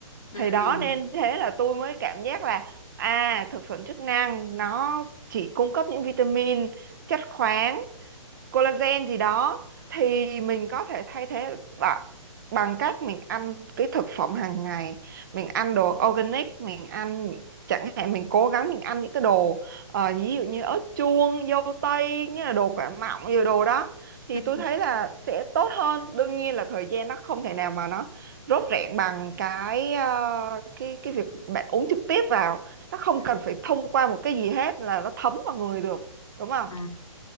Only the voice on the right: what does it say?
thì đó nên thế là tôi mới cảm giác là à thực phẩm chức năng nó chỉ cung cấp những vitamin chất khoáng collagen gì đó thì mình có thể thay thế bằng bằng cách mình ăn cái thực phẩm hàng ngày mình ăn đồ organic mình ăn chẳng hạn mình cố gắng mình ăn những cái đồ ờ, ví dụ như ớt chuông dâu tây nghĩa là đồ quả mọng nhiều đồ đó thì
tôi thấy là sẽ tốt hơn đương nhiên là thời gian nó không thể nào mà nó rốt rẹn bằng cái ờ, cái cái việc bạn uống trực tiếp vào nó không
cần phải thông qua một cái gì hết là nó thấm vào người được đúng không?